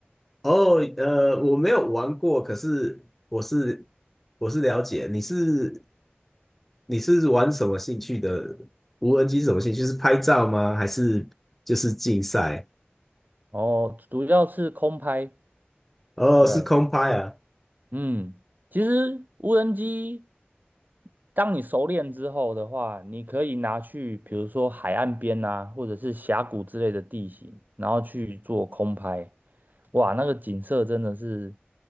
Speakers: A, in the centre; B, on the right.
A: 哦，呃，我没有玩过，可是我是我是了解，你是你是玩什么兴趣的？无人机是什么兴趣？是拍照吗？还是就是竞赛？
B: 哦，主要是空拍，
A: 哦，
B: 对，
A: 是空拍啊。
B: 嗯，其实无人机，当你熟练之后的话，你可以拿去，比如说海岸边啊，或者是峡谷之类的地形，然后去做空拍，哇，那个景色真的是，